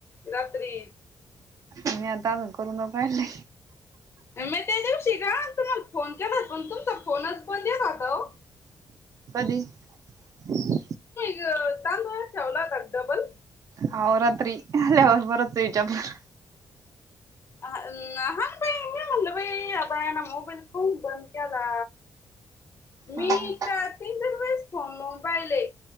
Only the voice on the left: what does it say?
रात्री
मी त्या दिवशी ग तु मग फोन केला होता पण तुमचा फोनच बंद राहत होता वो
त्यो तांदोळात ठेवला होता डबल
अ हान बाई मी म्हणल बाई आता यान मोबाईल कवून बंद केला मी
च तीन चार वेळेस फोन लावून पाहिले